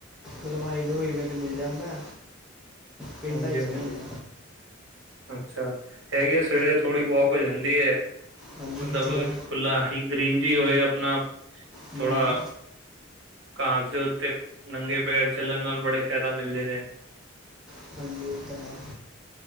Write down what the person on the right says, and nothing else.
ਹਾਂਜੀ,
ਹਾਂਜੀ।
ਅੱਛਾ ਹੈਗੀ ਆ ਸਵੇਰੇ ਥੋੜ੍ਹੀ ਵੋਕ ਹੋ ਜਾਂਦੀ ਏ।
ਮਤਲਬ
ਖੁੱਲਾ, ਹੀ ਗ੍ਰੀਨਰੀ ਹੋਏ ਆਪਣਾ
ਥੋੜ੍ਹਾ ਘਾਸ ਦੇ ਉੱਤੇ ਨੰਗੇ ਪੈਰ ਚੱਲਣ ਨਾਲ ਬੜੇ ਫਾਇਦਾ ਮਿਲਦੇ ਨੇ